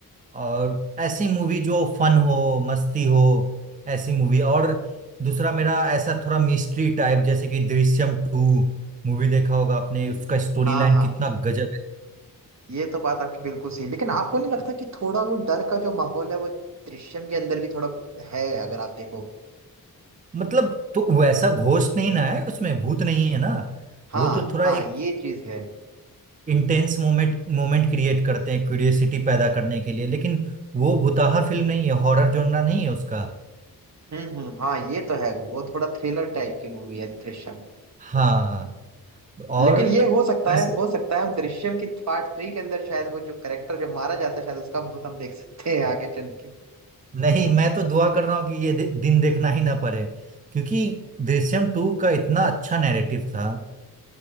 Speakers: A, on the right; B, on the right.
A: और ऐसी मूवी जो फन हो मस्ती हो ऐसी मूवी और दूसरा मेरा ऐसा थोड़ा मिस्ट्री टाइप जैसे कि दृश्यम टू मूवी देखा होगा आपने उसका स्टोरी
B: हाँ
A: लाइन
B: हाँ
A: कितना गजब है
B: ये तो बात आपकी बिल्कुल सही लेकिन आपको नहीं लगता कि थोड़ा वो डर का जो माहौल है वो दृश्यम के अंदर भी थोड़ा है अगर आप देखो
A: मतलब तो वैसा घोस्ट नहीं ना है उसमें भूत नहीं है ना
B: हाँ
A: वो तो थोड़ा
B: हाँ
A: एक
B: ये चीज है
A: इंटेंस मोमेंट मोमेंट क्रिएट करते हैं क्यूरियोसिटी पैदा करने के लिए लेकिन वो भुताहा फिल्म नहीं है हॉरर जोनरा नहीं है उसका
B: हम्म हम्म हाँ ये तो है वो थोड़ा थ्रिलर टाइप की मूवी है दृश्यम
A: हाँ और
B: लेकिन ये हो सकता
A: बस
B: है हो सकता है हम दृश्यम की पार्ट थ्री के अंदर शायद वो जो करेक्टर जब मारा जाता है शायद उसका बहुत हम देख सकते हैं आगे चल के
A: नहीं मैं तो दुआ कर रहा हूँ कि ये दि, दिन देखना ही ना पड़े क्योंकि दृश्यम टू का इतना अच्छा नैरेटिव था